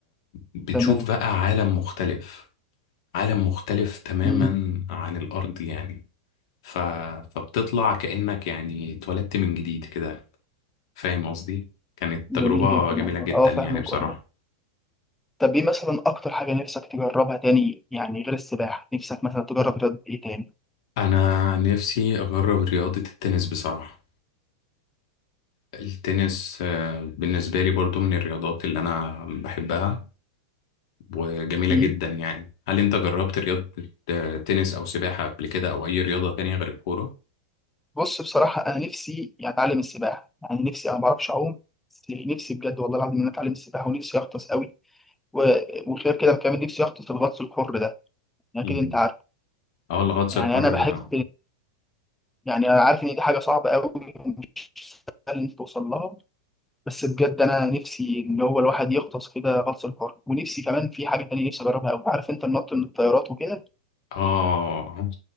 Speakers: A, on the left; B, in the centre.
A: بتشوف
B: تمام
A: بقى عالم مختلف عالم مختلف تماما
B: امم
A: عن الأرض يعني ف... فبتطلع كأنك يعني اتولدت من جديد كده فاهم قصدي كانت
B: جميل
A: تجربة
B: جدا
A: جميلة
B: والله
A: جدا
B: اه فاهمك
A: يعني بصراحة
B: والله طب ايه مثلا اكتر حاجه نفسك تجربها تاني يعني غير السباحه نفسك مثلا تجرب رياضه ايه تاني
A: أنا نفسي أجرب رياضة التنس بصراحة التنس آه، بالنسبة لي برضو من الرياضات اللي أنا بحبها وجميلة
B: امم
A: جدا يعني هل أنت جربت رياضة التنس أو سباحة قبل كده أو أي رياضة تانية غير الكورة؟
B: بص بصراحة أنا نفسي يعني أتعلم السباحة يعني نفسي أنا ما بعرفش أعوم بس نفسي بجد والله العظيم إن أنا أتعلم السباحة ونفسي أغطس قوي و- وغير كده كمان نفسي أغطس الغطس الحر ده يعني
A: مم.
B: أكيد أنت عارف
A: اه الغطس
B: يعني
A: الحر
B: أنا بحب
A: ده
B: يعني أنا عارف إن دي حاجة صعبة قوي ومش سهل إنك توصل لها بس بجد أنا نفسي إن هو الواحد يغطس كده غطس الحر ونفسي كمان في حاجة تانية نفسي أجربها قوي عارف أنت النط من الطيارات وكده
A: اه